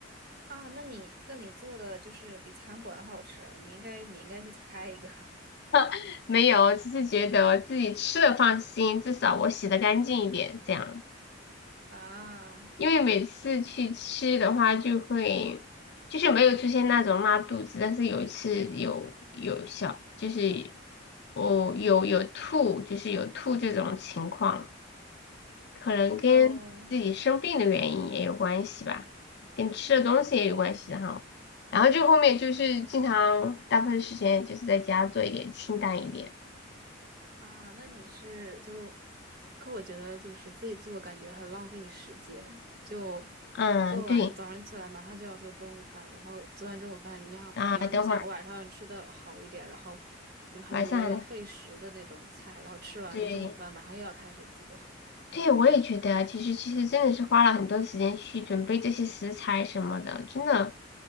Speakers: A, on the right; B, on the left.
A: 啊，那你那你做的就是比餐馆好吃啊，你应该你应该去开一个
B: <laughs> 没有，只是觉得自己吃的放心，至少我洗的干净一点，这样。
A: <laughs> 啊，
B: 因为每次去吃的话，就会就是没有出现那种拉肚子，但是有一次有有小就是哦有有吐，就是有吐这种情况。可能跟自己生病的原因也有关系吧，
A: 哦
B: 跟吃的东西也有关系哈。然后就后面就是经常大部分时间就是在家做一点清淡一点。
A: 啊，那你是就可我觉得就是自己做，感觉很浪费时间。就
B: 嗯，
A: 做完早上起来，
B: 对
A: 马上就要做中午饭，然后做完中午饭，你要你要是想晚上吃的好一点，
B: 啊，等会儿
A: 然后就是很多费时的那种菜，
B: 晚上的，
A: 然后吃完中午饭，
B: 对
A: 马上又要开始做。
B: 对，我也觉得其实其实真的是花了很多时间去准备这些食材什么的，真的